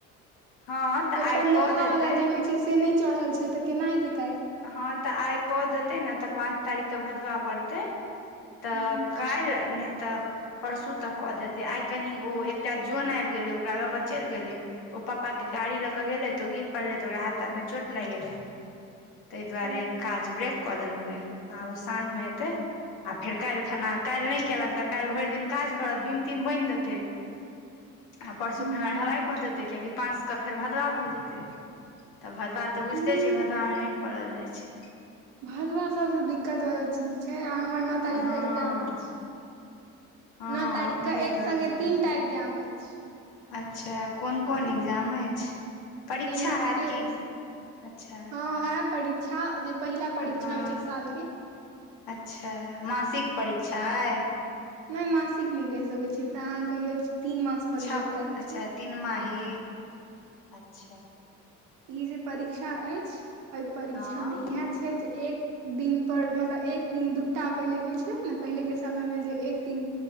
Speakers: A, on the left; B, on the right.
A: हँ। तऽ
B: ओहिपर
A: आइ कऽ
B: लोहा
A: देतै
B: वला जे होइ छै से नहि चढ़ल छै तऽ केना हेतै काल्हि।
A: हँ तऽ आइ कऽ देतै ने तऽ पाँंच तारीख के भदबा पड़तै। तऽ
B: हूँ
A: कैल नय त तऽ परसू तक कऽ देते आइ कनि ओ एकटा जन आबि गेलै ओकरा लऽ कऽ चलि गेलै। ओ पापा के गाड़ी ले के गेले तो ओ गिर पड़ले त ओकरा हाथ ताथ मे चोट टोट लाग गेले। ताहि दुआरे
B: ओ
A: काज ब्रेक कऽ देलकै आब ओ साँझमे एतै। आ फेर काल्हि खना काल्हि नय केलक तऽ काल्हि फेर भरि दिन काज करत बिमतिम बनिहि देतै। आ परसू
B: हूँ
A: खाना ढलाई कऽ देतै कियकि पाँचके फेर भदवाव भऽ जेतै। तऽ भदवा तऽ बुझिते
B: हूँ
A: छियै भदवामे नहि करल जाइ छै।
B: भदवा सभसँ दिक्कत वला चीज छै आ हमर नओ तारीखसँ
A: हँ
B: एग्जाम अछि।
A: हँ
B: नओ तारीख के
A: ओहि
B: एक
A: दुआरे
B: सङ्गे तीन टा एग्जाम अछि।
A: अच्छा कोन कोन एग्जाम अछि परीक्षा
B: गणित
A: होैत
B: के
A: कि एज अच्छा।
B: हँ उएह परीक्षा जे पहिला परीक्षा
A: हँ
B: होइ छै साल के
A: अच्छा मासिक परीक्षा अ।
B: नहि मासिक नहि कहि सकैत छी एकरा अहाँ कहियो तीन मास पर
A: छम,
B: जे एकटा होइ
A: अछा
B: छै
A: तीन माही, अऽ छा।
B: इ, जे परीक्षा अइछ अइ परीक्षा
A: हँ
B: मे यह छैय जे एक, दिन पर मतलब एक दिन दुटा पहिले होइ छैय ने पहिले के समय मे जे एक। तीन,